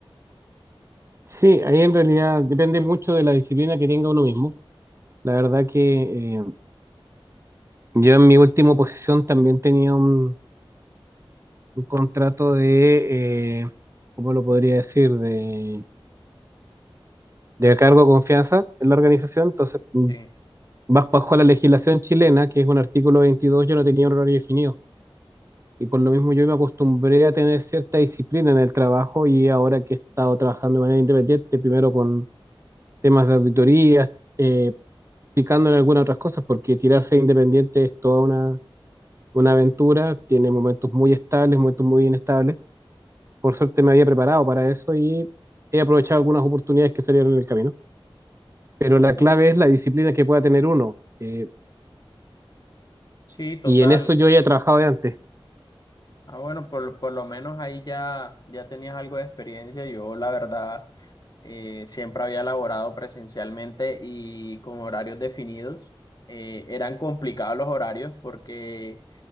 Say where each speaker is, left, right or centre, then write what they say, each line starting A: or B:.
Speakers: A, on the right; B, on the left.
A: Sí, ahí en realidad depende mucho de la disciplina que tenga uno mismo. La verdad que eh, yo en mi última posición también tenía un, un contrato de, eh, ¿cómo lo podría decir? De, de cargo de confianza en la organización. Entonces, mm,
B: Sí,
A: baj- bajo la legislación chilena, que es un artículo 22, yo no tenía un horario definido. Y por lo mismo yo me acostumbré a tener cierta disciplina en el trabajo y ahora que he estado trabajando de manera independiente, primero con temas de auditorías, eh, picando en algunas otras cosas, porque tirarse independiente es toda una una aventura, tiene momentos muy estables, momentos muy inestables. Por suerte me había preparado para eso y he aprovechado algunas oportunidades que salieron en el camino. Pero
B: bueno,
A: la clave es la disciplina que pueda tener uno. eh,
B: sí, total.
A: y en eso yo ya he trabajado de antes.
B: Ah, bueno, por, lo por lo menos ahí ya, ya tenías algo de experiencia. Yo, la verdad, eh, siempre había laborado presencialmente y con horarios definidos. Eh, eran complicados los horarios porque